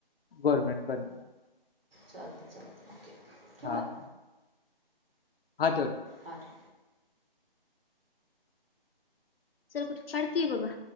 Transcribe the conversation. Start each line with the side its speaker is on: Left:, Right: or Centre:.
Left: गवर्नमेंट पण
Right: चालतंय चालतंय ओके. ठेवू
Left: हा.
Right: का
Left: हा ठेव
Right: आठ
Left: चल ऊठ शाळेत कि बाबा.